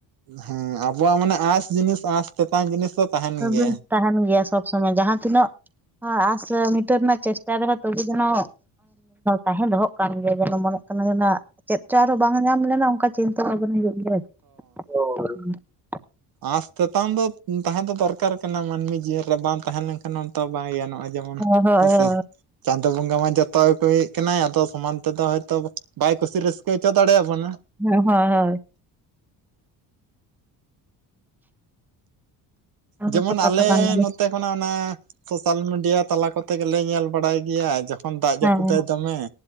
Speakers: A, on the right (about 55°); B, in the centre.
A: ᱦᱮᱸ ᱟᱵᱚᱣᱟᱜ ᱢᱟᱱᱮ ᱟᱸᱥ ᱡᱤᱱᱤᱥ ᱟᱥ ᱛᱮᱛᱟᱱ ᱡᱤᱱᱤᱥ ᱫᱚ ᱛᱟᱦᱮᱱ
B: ᱛᱚᱵ
A: ᱜᱮᱭᱟ
B: ᱛᱟᱦᱮᱱ ᱜᱮᱭᱟ ᱥᱚᱵᱽ ᱥᱚᱢᱚᱭ ᱡᱟᱦᱟᱸ ᱛᱤᱱᱟᱹᱜ ᱟᱸᱥ ᱢᱤᱴᱟᱹ ᱨᱮᱱᱟᱜ ᱪᱮᱥᱴᱟ ᱨᱮᱦᱚᱸ ᱛᱚᱵᱮ ᱡᱮᱱᱚ ᱛᱟᱦᱮᱸ ᱫᱚᱦᱚᱸ ᱠᱟᱱ ᱜᱮ ᱡᱮᱱᱚ ᱢᱚᱱᱮ ᱠᱟᱱᱟ ᱪᱮᱫ ᱪᱚᱝ ᱟᱨᱚ ᱵᱟᱝ ᱧᱟᱢ ᱞᱮᱱᱟ ᱚᱱᱠᱟ ᱪᱤᱱᱛᱟᱹ ᱵᱷᱟᱵᱚᱱ ᱦᱩᱭᱩᱜ ᱠᱟᱱᱟ <unintelligible>
A: ᱟᱥ ᱛᱮᱛᱟᱝ ᱫᱚ ᱛᱟᱦᱮᱸ ᱫᱚ ᱫᱚᱨᱠᱟᱨ ᱠᱟᱱᱟ ᱢᱟᱹᱱᱢᱤ ᱡᱤᱭᱚᱱ ᱨᱮ ᱵᱟᱝ ᱛᱟᱦᱮᱸ ᱞᱮᱱᱠᱷᱟᱱ ᱦᱚᱸᱛᱚ ᱵᱟᱭ ᱜᱟᱱᱚᱜ ᱡᱮᱢᱚᱱ
B: ᱦᱳᱭ ᱦᱳᱭ
A: ᱦᱮᱸᱥᱮ
B: ᱦᱳᱭ
A: ᱪᱟᱸᱫᱳ ᱵᱚᱸᱜᱟ ᱢᱟ ᱡᱚᱛᱚ ᱮᱫ ᱠᱟᱱᱟᱭ ᱟᱫᱚ ᱥᱚᱢᱟᱱ ᱛᱮᱫᱚ ᱦᱚᱭᱛᱚ ᱵᱟᱭ ᱠᱩᱥᱤ ᱨᱟᱹᱥᱠᱟᱹ ᱪᱚ ᱛᱟᱲᱮᱭᱟᱵᱚᱱᱟ
B: ᱦᱳᱭ ᱦᱳᱭ ᱦᱳᱭ ᱚᱱᱟ
A: ᱡᱮᱢᱚᱱ
B: ᱛᱚ ᱠᱟᱛᱷᱟ
A: ᱟᱞᱮ
B: ᱠᱟᱱ ᱜᱮᱭᱟ
A: ᱱᱚᱛᱮ ᱠᱷᱚᱱᱟᱜ ᱚᱱᱟ ᱥᱳᱥᱟᱞ ᱢᱤᱰᱤᱭᱟ ᱛᱟᱞᱟ ᱠᱚᱛᱮ ᱛᱮᱜᱮᱞᱮ ᱧᱮᱞ ᱵᱟᱲᱟᱭ ᱜᱮᱭᱟ ᱡᱟ ᱫᱟᱜ
B: ᱦᱮᱸ
A: ᱡᱟᱹᱯᱩᱫᱟᱭ ᱫᱚᱢᱮ